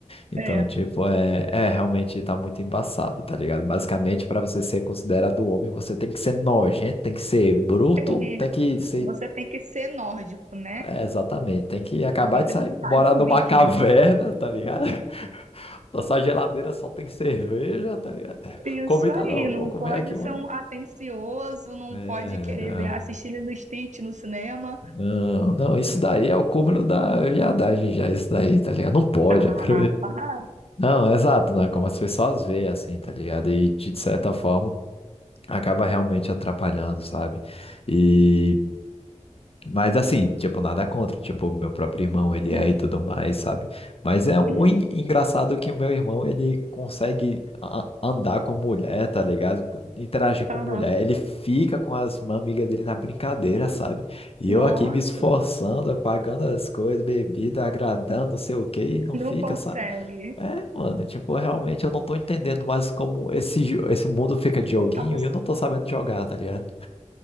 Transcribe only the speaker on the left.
Então,
tipo, é, é realmente tá muito embaçado, tá ligado? Basicamente, pra você ser considerado homem, você tem que ser nojento, tem que ser bruto,
tem que ser
É, exatamente. Tem que acabar
de sair, morar
numa
<laughs> caverna, tá ligado? <laughs> Nossa geladeira só tem cerveja, tá ligado?
Comida
não,
vou comer
aqui hoje.
É,
né?
não, não, isso daí é o cúmulo da viadagem já, isso daí, tá ligado? Não pode,
é pra...
Não, é exato, né? Como as pessoas veem, assim, tá ligado? E de certa forma acaba realmente atrapalhando, sabe? E Mas assim, tipo, nada contra. Tipo, meu próprio irmão, ele
é e tudo mais, sabe? Mas é um
en- engraçado que o meu irmão, ele consegue a- andar com mulher, tá ligado? Interagir com
mulher. Ele fica com as amigas dele na brincadeira, sabe? E
eu aqui me esforçando, pagando as coisas, bebida, agradando, não sei o quê, e não
fica,
sabe? É, mano, tipo, realmente eu não tô entendendo mais como esse, jo- esse mundo fica de joguinho
e eu não tô sabendo jogar, tá ligado?